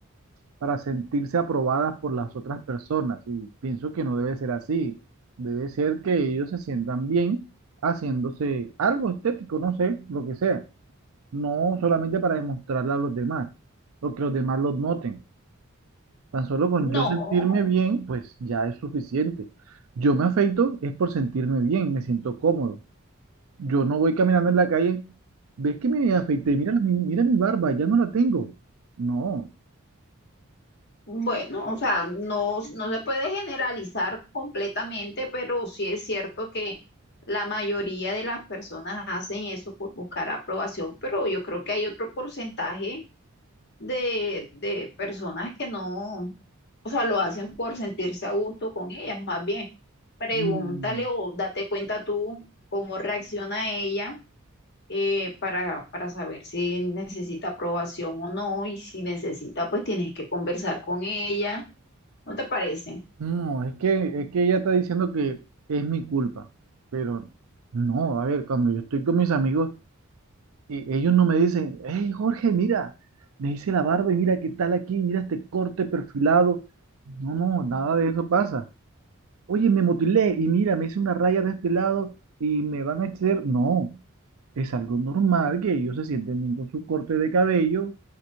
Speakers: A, on the right; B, on the left.
A: para sentirse aprobadas por las otras personas. Y pienso que no debe ser así. Debe ser que ellos se sientan bien haciéndose algo estético, no sé, lo que sea. No solamente para demostrarle a los demás, o que los demás los noten. Tan solo con
B: No,
A: yo sentirme bien, pues ya es suficiente. Yo me afeito es por sentirme bien, me siento cómodo. Yo no voy caminando en la calle, ves que me afeité, mira, la- mi- mira mi barba, ya no la tengo. No.
B: Bueno, o sea, no, no se puede generalizar completamente, pero sí es cierto que la mayoría de las personas hacen eso por buscar aprobación, pero yo creo que hay otro porcentaje de, de personas que no, o sea, lo hacen por sentirse a gusto con ellas. Más bien, pregúntale
A: Mm,
B: o date cuenta tú cómo reacciona ella eh, para, para saber si necesita aprobación o no, y si necesita, pues tienes que conversar con ella ¿No te parece?
A: No, es que, es que ella está diciendo que es mi culpa, pero no, a ver, cuando yo estoy con mis amigos, e- ellos no me dicen, hey Jorge, mira, me hice la barba y mira qué tal aquí, mira este corte perfilado. No, no, nada de eso pasa. Oye, me motilé y mira, me hice una raya de este lado y me van a hacer. No, es algo normal que ellos se sienten bien con su corte de cabello,